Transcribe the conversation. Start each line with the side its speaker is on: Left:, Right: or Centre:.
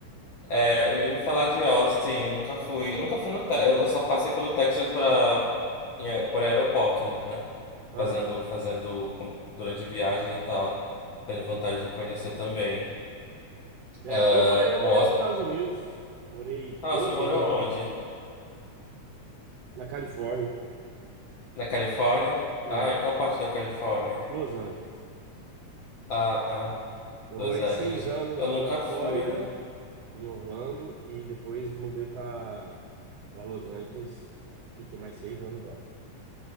Left: É, eu já ouvi falar de Austin, eu nunca fui. Eu nunca fui no Texas, eu só passei pelo Texas para por aeroportos, né?
Right: Aham.
Left: Fazendo, fazendo com- durante viagens e tal. Tenho vontade de conhecer também.
Right: É,
Left: Ah,
Right: eu morei, eu morei
Left: o Austin.
Right: nos Estados Unidos, morei
Left: Ah,
Right: 12
Left: você mora
Right: anos
Left: onde?
Right: lá. na Califórnia,
Left: Na Califórnia?
Right: é,
Left: Ah, e qual parte da Califórnia?
Right: Los Angeles.
Left: Ah,
Right: Eu
Left: Los
Right: morei
Left: Angeles.
Right: seis anos
Left: Eu nunca
Right: na Flórida,
Left: fui.
Right: em Orlando, e depois mudei para para Los Angeles. Fiquei mais seis anos lá.